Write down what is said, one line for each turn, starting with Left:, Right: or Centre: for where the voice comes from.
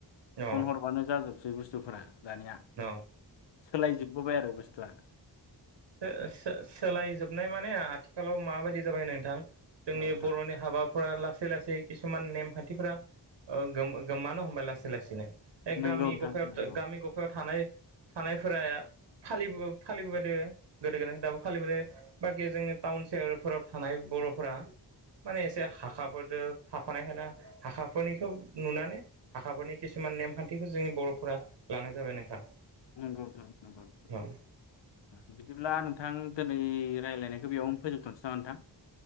Right: औ
Left: फन हरबानो जाजोबसै बुस्थुफोरा दानिया
Right: औ
Left: सोलाय जोबबोबाय आरो बुस ब्ला
Right: सो-सो सोलायजोबनाय माने आ आथिखालाव माबायदि जाबाय नोंथां जोंनि
Left: औ नोंथां
Right: बर'नि हाबाब फुरा लासै लासै किसुमान नेमखान्थिफोरा ओ गोम- गोमानो हमबाय लासै लासैनो। एग
Left: नंगौ
Right: गामि
Left: नोंथां
Right: गफायाव
Left: नंगौ
Right: गामि गफा थानाय थानायफोरा फालिबो फालिबोबाय दोङो गोदो गोदाय दाबो फालिबोदों बाखि जोंनि टाउन सेहोरफोराव थानाय बर'फोरा माने एसे हाखाफोरदो थाफानायखाय नो हाखाफोरनिखौ नुनानै हाखाफोरनि खिसुमान नेमखान्थिखौ जोंनि बर'फोरा लानाय जाबाय नोंथां।
Left: नंगौ नोंथां नंगौ नोंथां
Right: औ
Left: बिदिब्ला नोंथ थां दोनै रायलायनायखो बेयावनो फोजोबथ'नोसै नामा नोंथां?